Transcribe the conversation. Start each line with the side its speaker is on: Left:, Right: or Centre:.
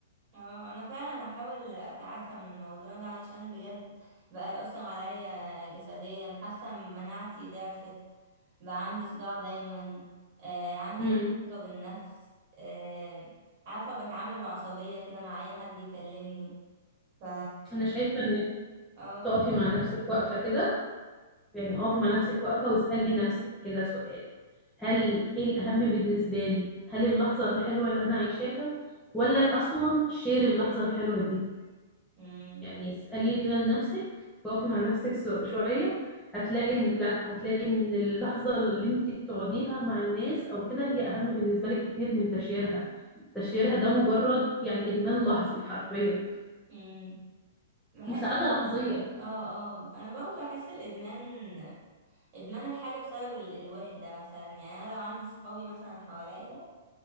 Right: اه انا فعلا هحاول اتعافى من الموضوع ده عشان بجد بقى يأثر عليا جسديا حاسه مناعتي ضعفت بقى عندي صداع دايما آه عندي
Centre: امم
Right: قله ثقه بالنفس آه عارفه بتعامل بعصبيه كده مع اي حد يكلمني ف
Centre: انا شايفه انك
Right: اه
Centre: تقفي مع نفسك واقفه كده يعني اقفي مع نفسك واقفة واسألي نفسك كده سؤال هل ايه الأهم بالنسبة لي هل اللحظة الحلوة اللي أنا عايشاها ولا أصلا شير اللحظة الحلوة دي
Right: امم
Centre: يعني اسألي كده لنفسك واقفي مع نفسك سو- شوية هتلاقي ان لا هتلاقي ان اللحظة اللي انت بتقعديها مع الناس او كده هي اهم بالنسبة لك كتير من تشيرها تشيرها ده مجرد يعني ادمان لحظي حرفيا
Right: امم بحس
Centre: مساعدة
Right: بال-
Centre: لحظية
Right: اه اه انا برضو بحس الادمان ادمان الحاجه بسبب ال- الوحده مثلا يعني انا لو عندي صحابي مثلا حواليا